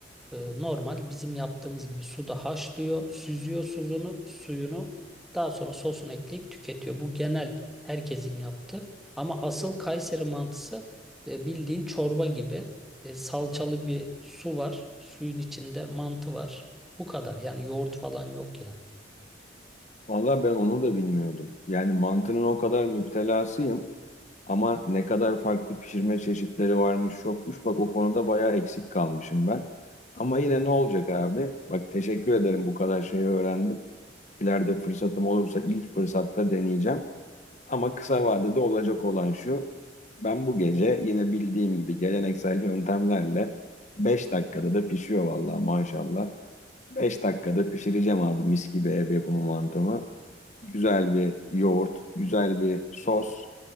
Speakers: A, in the centre; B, on the left.
A: E, normal bizim yaptığımız gibi suda haşlıyor, süzüyor suzunu, suyunu. Daha sonra sosunu ekleyip tüketiyor. Bu genel herkesin yaptığı. Ama asıl Kayseri mantısı e, bildiğin çorba gibi. E, salçalı bir su var. Suyun içinde mantı var. Bu kadar. Yani yoğurt falan yok yani.
B: Vallahi ben onu da bilmiyordum. Yani mantının o kadar müptelasıyım ama ne kadar farklı pişirme çeşitleri varmış yokmuş. Bak o konuda bayağı eksik kalmışım ben. Ama yine ne olacak abi? Bak teşekkür ederim bu kadar şeyi öğrendim. İleride fırsatım olursa ilk fırsatta deneyeceğim. Ama kısa vadede olacak olan şu. Ben bu gece yine bildiğim gibi geleneksel yöntemlerle 5 dakikada da pişiyor vallahi maşallah. beş dakikada pişireceğim abi mis gibi ev yapımı mantımı. Güzel bir yoğurt, güzel bir sos.